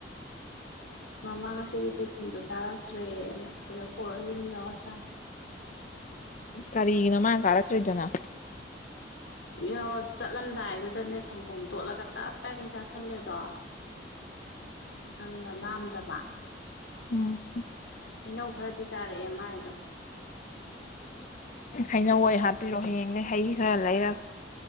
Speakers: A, on the left; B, on the left.
A: ꯃꯃꯥ ꯉꯁꯤꯗꯤ ꯇꯤꯐꯤꯟꯗꯣ ꯆꯥꯔꯛꯇ꯭ꯔꯦꯅ ꯁꯤꯗ ꯄꯨꯣꯔꯒ ꯌꯨꯝ ꯌꯧꯔ ꯆꯥꯏ <inaudible>
B: ꯀꯔꯤꯒꯤꯅꯣ ꯃꯥꯅ ꯆꯥꯔꯛꯇ꯭ꯔꯤꯗꯨꯅ
A: ꯏꯣ ꯆꯠꯂꯝꯗꯥꯏꯗꯨꯗꯅꯦ ꯁꯪꯒꯣꯝ ꯇꯣꯠꯂꯒ ꯇꯞ ꯇꯥꯏꯈꯩ ꯆꯥꯥꯁꯜꯂꯦꯗꯣ ꯑꯗꯨꯅ ꯂꯥꯝꯗꯕ
B: ꯎꯝ
A: ꯍꯩꯅꯧ ꯈꯔꯗꯤ ꯆꯥꯔꯛꯑꯦ ꯃꯥꯥꯏꯗꯣ
B: ꯍꯩꯅꯧꯣꯏ ꯍꯥꯞꯄꯤꯔꯣꯑꯣ ꯍꯌꯦꯡꯗꯒꯤꯩ ꯍꯩ ꯈꯔ ꯂꯩꯔꯒ